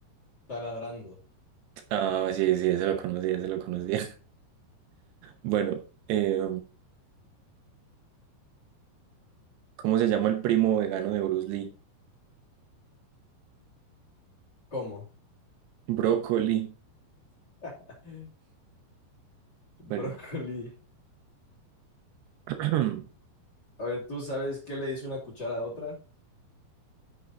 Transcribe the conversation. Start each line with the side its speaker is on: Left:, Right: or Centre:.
Left: taladrando
Right: Ah, sí, sí, se lo conocía, se lo conocía. <laughs> Bueno, eh, ¿cómo se llama el primo vegano de Bruce Lee?
Left: ¿Cómo?
Right: Brócoli.
Left: <laughs>
Right: Bueno,
Left: Brócoli.
Right: <clears throat>
Left: A ver, ¿tú sabes qué le hizo una cuchara a otra?